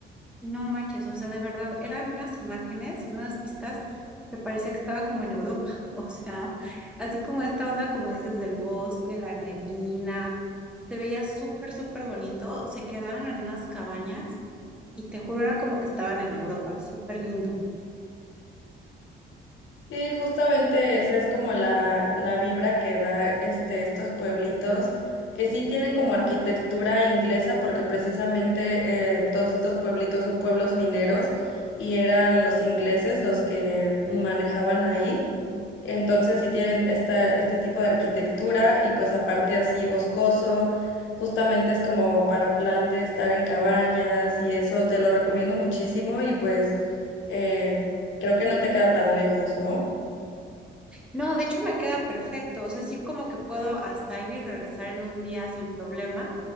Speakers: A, in the centre; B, on the left.
A: y no manches, o sea, de verdad, eran unas imágenes, unas vistas que parecía que estaba como en Europa, <laughs> o sea, así como esta onda, como dices, del bosque, la neblina, se veía súper, súper bonito, se quedaron en unas cabañas y te juro era como que estaban en Europa, súper lindo.
B: Sí, justamente esa es como la, la vibra que da este, estos pueblitos, que sí tienen como arquitectura inglesa, porque precisamente eh, todos estos pueblitos son pueblos mineros y eran los ingleses los que manejaban ahí. Entonces sí tienen esta, este tipo de arquitectura y pues aparte así boscoso, justamente es como para plan de estar en cabañas y eso te lo recomiendo muchísimo y pues eh, creo que no te queda tan lejos, ¿no?
A: No, de hecho me queda perfecto, o sea, sí como que puedo hasta ir y regresar en un día sin problema